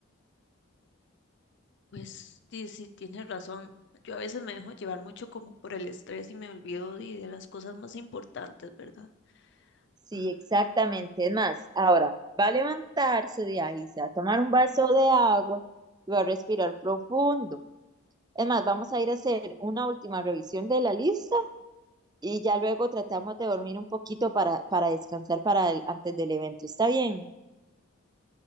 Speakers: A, on the left; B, on the right.
A: Pues sí, sí, tienes razón. Yo a veces me dejo llevar mucho como por el estrés y me olvido de, de las cosas más importantes, ¿verdad?
B: sí,
A: Ah.
B: exactamente. Es más, ahora va a levantarse de ahí, se va a tomar un vaso de agua y va a respirar profundo. Es más, vamos a ir a hacer una última revisión de la lista y ya luego tratamos de dormir un poquito para, para descansar para el- antes del evento. ¿Está bien?